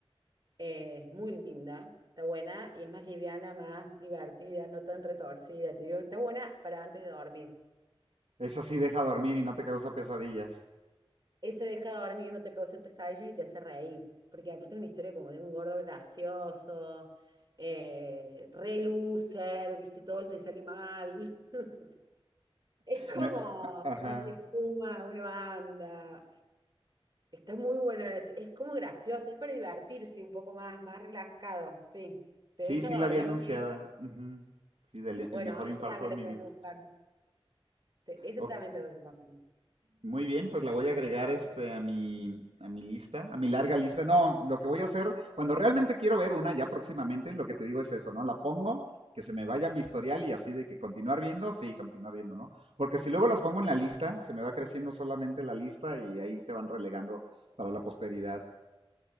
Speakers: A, on the right (about 40°); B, on the right (about 80°).
A: eh, muy linda. Está buena y es más liviana, más divertida, no tan retorcida. Te digo, está buena para antes de dormir.
B: Esa sí deja dormir y no te causa pesadillas.
A: Ese deja dormir, no te causa pesadillas y te hace reír, porque aparte es una historia como de un gordo gracioso, eh, re loser, viste, todo le sale mal. <laughs> Es como,
B: Me- Ajá.
A: viste, suma una banda. Está muy buena, es, es como gracioso, es para divertirse un poco más, más relajado, sí. Te
B: Sí,
A: deja
B: sí
A: dormir
B: la había anunciada.
A: y es,
B: Ujú. Sí, del-
A: bueno,
B: el mejor
A: ese
B: infarto
A: también
B: de mi
A: lo puedes
B: vida.
A: buscar. Te- ese
B: Ok,
A: también te lo recomiendo.
B: Muy bien, pues la voy a agregar este a mi a mi lista, a mi larga lista. No, lo que voy a hacer cuando realmente quiero ver una ya próximamente, lo que te digo es eso, ¿no? La pongo que se me vaya a mi historial y así de que continuar viendo, sí, continuar viendo, ¿no? Porque si luego las pongo en la lista, se me va creciendo solamente la lista y ahí se van relegando para la posteridad